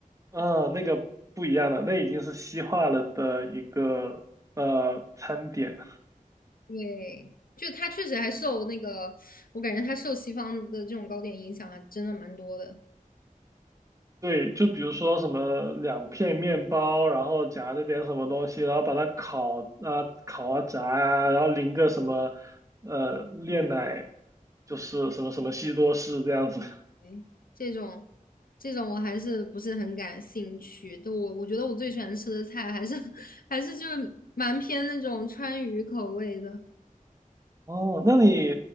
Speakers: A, on the right (about 20°); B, on the left (about 85°).
A: 嗯，那个不一样的，那已经是西化了的一个呃餐点。
B: 对，就他确实还受那个，我感觉他受西方的这种糕点影响还真的蛮多的。
A: 对，就比如说什么两片面包，然后夹着点什么东西，然后把它烤啊烤啊炸啊，然后淋个什么呃炼奶，就是什么什么西多士这样子。<laughs>
B: 对，这种这种我还是不是很感兴趣。就我我觉得我最喜欢吃的菜还是 <laughs> 还是就是蛮偏那种川渝口味的。
A: 哦，那你